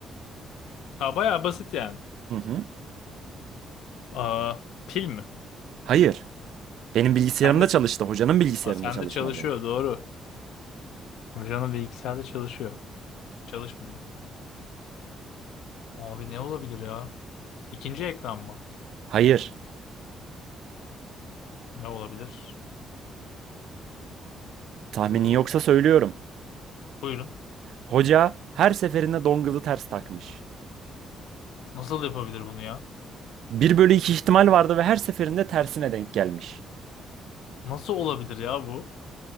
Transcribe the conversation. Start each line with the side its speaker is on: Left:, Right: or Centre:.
Left: Ha bayağı basit yani.
Right: Hı hı.
Left: Aa, pil mi?
Right: Hayır. Benim bilgisayarımda
Left: Sende, ç-
Right: çalıştı. Hocanın bilgisayarında
Left: Aa, sende
Right: çalışmadı.
Left: çalışıyor doğru. Hocanın bilgisayarda çalışıyor. Çalışmıyor. Abi ne olabilir ya? İkinci ekran mı?
Right: Hayır.
Left: Ne olabilir?
Right: Tahminin
Left: Ee,
Right: yoksa söylüyorum.
Left: buyurun.
Right: Hoca her seferinde dongle'ı ters takmış.
Left: Nasıl yapabilir bunu ya?
Right: Bir bölü 2 ihtimal vardı ve her seferinde tersine denk gelmiş.
Left: Nasıl olabilir ya bu?